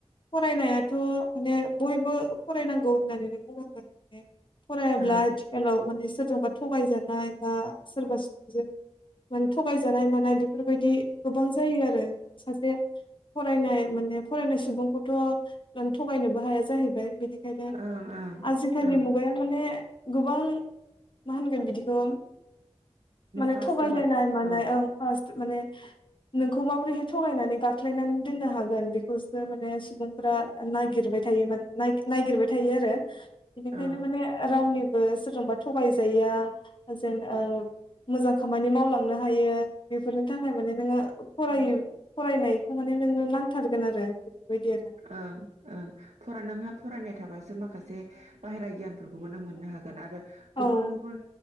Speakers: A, on the left (about 45°); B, on the right (about 75°).
A: फरायनाया थ' माने बयबो फरायनांगौ होननानैनो बुंनांगोन। फरायाब्ला
B: ओं
A: आथिखालाव माने सोर जोंबा थगायजानाय बा सोरबा सुबुंजों माने थगाय जानाय मानाय बेफोरबायदि गोबां जायो आरो। सासे फरायनाय माने फरायनाय सुबुंखौथ माने थगायनोबो हाया जाहैबाय। बिनिखायनो
B: ओं ओं
A: आजिखालि
B: ओं
A: मुगाया माने गोबां मा होनगोन बिदिखौ माने
B: फार्स्ट
A: थगायलायनाय
B: जाबाय
A: मानाय
B: औ
A: ओं फार्स्ट माने नोंखौ माबोरै हाय थगायनानै गाख्लायनानै दोननो हागोन बेखौसो माने सुबुंफोरा नागिरबाय थायो नागिरबाय थायो आरो बेनिखायनो
B: ओं
A: माने रावनि बो सोरजोंबा थगाय जाया जेन मोजां खामानि मावलांनो हायो बेफोरनि थाखाय माने नोङो फरायो फरायनायखौ माने नोंनो नांथारगोन आरो बेफोरबायदि आरो
B: ओं ओं फरा नोंहा फरायनाय थाबा सो माखासे बाहेरा गियानफोरखौबो नों मोननो हागोन आरो
A: औ
B: गुबुन गुबुन